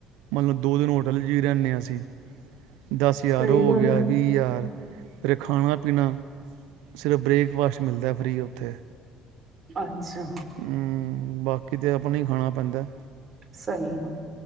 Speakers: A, on the right; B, on the right.
A: ਮਤਲਬ ਦੋ ਦਿਨ ਹੋਟਲ ਹੀ ਰਹਿਨੇਆਂ ਅਸੀਂ ਦਸ ਹਜ਼ਾਰ
B: ਸਹੀ
A: ਉਹ
B: ਗੱਲ
A: ਹੋ ਗਿਆ। ਤ ਯਾਰ ਫਿਰ ਖਾਣਾ ਪੀਣਾ ਸਿਰਫ ਬ੍ਰੇਕਫਾਸਟ ਮਿਲਦਾ ਫ੍ਰੀ ਉੱਥੇ।
B: ਅੱ ਛਾ।
A: ਹਮ, ਬਾਕੀ ਤਾਂ ਆਪਣਾ ਹੀ ਖਾਣਾ ਪੈਂਦਾ।
B: ਸਹੀ ਹ।